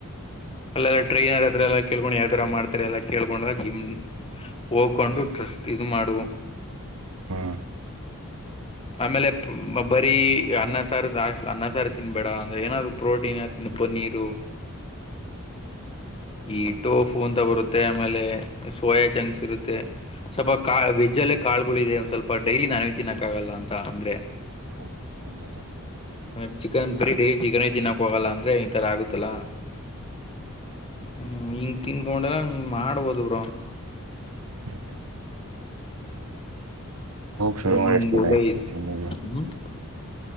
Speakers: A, on the left; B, on the right.
A: ಅಲ್ಲೆಲ್ಲ ಟ್ರೈನರ್ ಹತ್ರ ಎಲ್ಲ ಕೇಳ್ಕೊಂಡು ಯಾವ್ತರ ಮಾಡ್ತಾರೆ ಎಲ್ಲ ಕೇಳ್ಕೊಂಡ್ರ ಜಿಮ್. ಹ್ಕೊಂಡು ಟ್ರಸ್ಟ್ ಇದು ಮಾಡು.
B: <inaudible>
A: ಆಮೇಲೆ. ಬರೀ ಅನ್ನ ಸಾರು ಲಾಸ್ಟ ಅನ್ನ ಸಾರ ತಿನ್ಬೇಡ ಅಂದ್ರೆ ಏನಾದ್ರು ಪ್ರೋಟೀನ್ ತಿನ್ನು ಕೋನ್ ಪನ್ನೀರೂ. ಈ ಟೋಫು ಅಂತ ಬರುತ್. ಮತ್ತೆ ಆಮೇಲೆ ಸೋಯಾ ಜಂಕ್ಸ್ ಇರುತ್ತೆ. ಸ್ವಲ್ಪ ಕಾಲ್ ಬೀಜಲ್ಲೇ ಕಾಳಗಳಗಳು ಇದೆ ಒಂದ್ ಸ್ವಲ್ಪ ಡೈಲಿ ನಾವೇ ತಿನ್ನಕ್ ಆಗಲ್ಲ ಅಂತ ಅಂದ್ರೆ.
B: <inaudible>
A: ಅ ಚಿಕನ್ ಬ್ರಿಡೀ ಚಿಕನೇ ತಿನ್ನಕ್ ಹೋಗಲ್ಲ ಅಂದ್ರೆ ಈ ತರ ಆಗುತ್ತಲ್ಲಾ. ಹ್ಮ್ ಹಿಂಗ ತಿನ್ಕೊಂಡಲ್ಲ ಹಂಗ್ ಮಾಡ್ಬೋದು ಬ್ರೋ.
B: <inaudible> ಹೋಗ್ ಶುರು
A: ಹ್ಮ್
B: ಮಾಡಿ ಎಷ್ಟ್ ದಿನ
A: ಒಳ್ಳೆ
B: ಆಯ್ತು ಜಿಮ್ಗೆ.
A: <inaudible>